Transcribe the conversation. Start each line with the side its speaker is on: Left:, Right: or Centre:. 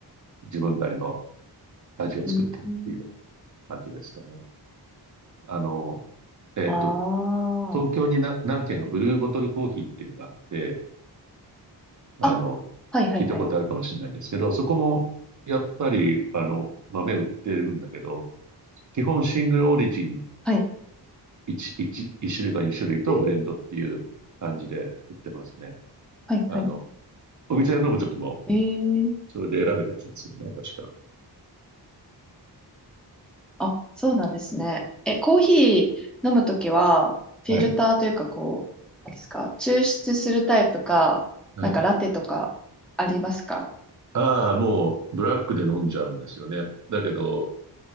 Right: 自分なりの味を作ってるっていう
Centre: うん。
Right: 感じですかね。あの、えっと、
Centre: あ
Right: 東京にな何軒かブルーボトルコーヒーっていうのがあって、あの、
Centre: あ。あ、はいはいはい。
Right: 聞いたことあるかもしれないんですけど、そこも、やっぱり、あの、豆売ってるんだけど、基本シングルオリジン
Centre: はい。
Right: 1、一一種類か2種類とブレンドっていう感じで売ってますね。
Centre: えーはいはい。
Right: あの、お店で飲むときも、
Centre: え
Right: それで選べた気がするな、確か。
Centre: あ、そうなんですね。え、コーヒー飲むときは、フィルターというか、
Right: はい。
Centre: こう、なんですか、抽出するタイプか、
Right: はい。
Centre: なんかラテとかありますか
Right: ああ、もう、ブラックで飲んじゃうんですよね。だけど、